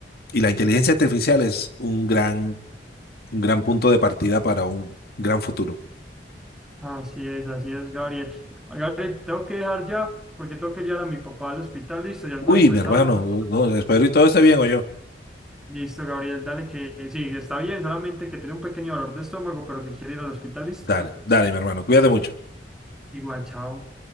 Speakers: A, on the left (about 60°); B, in the centre.
A: y la inteligencia artificial es un gran, un gran punto de partida para un gran futuro.
B: Así es, así es, Gabriel. Gabriel, tengo que dejar ya porque tengo que llevar a mi papá al hospital. Listo, y algo
A: Uy,
B: después
A: mi hermano,
B: hablamos.
A: no, espero y todo esté bien, o yo.
B: Listo, Gabriel, dale que sí, está bien, solamente que tiene un pequeño dolor de estómago, pero que quiere ir al hospital. Listo.
A: Dale, dale, mi hermano, cuídate mucho.
B: Igual, chao.